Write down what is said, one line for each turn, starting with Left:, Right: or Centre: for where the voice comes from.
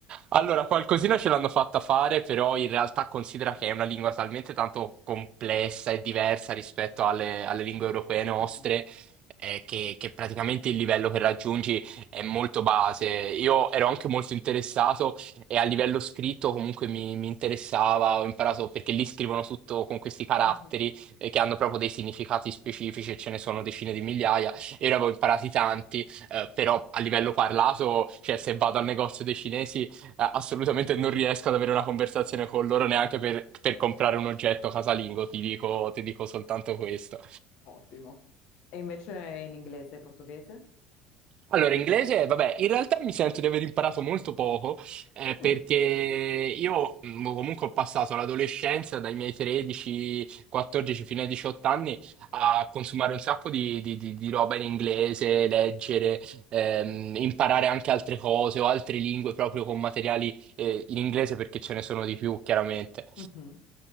Right: Allora, qualcosina ce l'hanno fatta fare, però in realtà considera che è una lingua talmente tanto complessa e diversa rispetto alle, alle lingue europee nostre,
Left: Mhm.
Right: eh, che, che praticamente il livello che raggiungi è molto base. Io ero anche molto interessato e a livello scritto comunque mi, mi interessava, ho imparato perché lì scrivono tutto con questi caratteri,
Left: Mhm.
Right: eh, che hanno proprio dei significati specifici e ce ne sono decine di migliaia. Io ne avevo imparati tanti, eh, però a livello parlato, cioè se vado al negozio dei cinesi eh, assolutamente non riesco ad avere una conversazione con loro neanche per, per comprare un oggetto casalingo, ti dico, ti dico soltanto questo.
Left: Ottimo. E invece in inglese e portoghese?
Right: Allora, inglese, vabbè, in realtà mi sento di aver imparato molto poco, eh,
Left: Mm,
Right: perché io mh, comunque ho passato l'adolescenza dai miei 13, 14 fino ai 18 anni a consumare un sacco di, di- di- di roba in inglese, leggere, ehm, imparare anche altre cose o altre lingue proprio con materiali, eh, in inglese perché ce ne sono di più, chiaramente.
Left: mhm.